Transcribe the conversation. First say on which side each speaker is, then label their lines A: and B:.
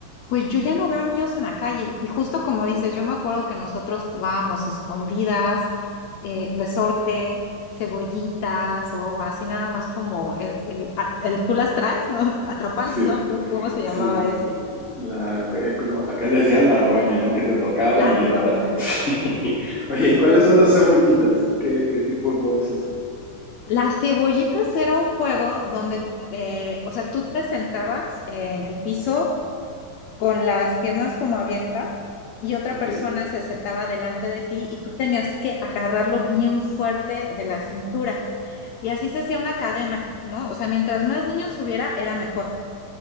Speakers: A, on the left; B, on the left.
A: pues yo ya no veo niños en la calle. Y justo como dices, yo me acuerdo que nosotros jugábamos escondidas, eh, resorte, cebollitas o así nada más como el, el- a- el tú las traes, ¿no? <laughs> Atrapalas,
B: Sí,
A: ¿no? ¿Cómo cómo se
B: sí.
A: llamaba ese?
B: La, eh, como acá le decían la roña, ¿no? Que te tocaban
A: La
B: y
A: ronda.
B: ahora <laughs> sí. Oye, ¿y ¿cuáles
A: ah.
B: son las cebollitas? ¿Qué, qué tipo de juego es ese?
A: Las cebollitas era un juego donde, eh, o sea, tú te sentabas en el piso con las piernas como abiertas y otra
B: Ok.
A: persona se sentaba delante de ti y tú tenías que agarrarlo bien fuerte de la cintura. Y así se hacía una cadena, ¿no? O sea, mientras más niños hubiera, era mejor.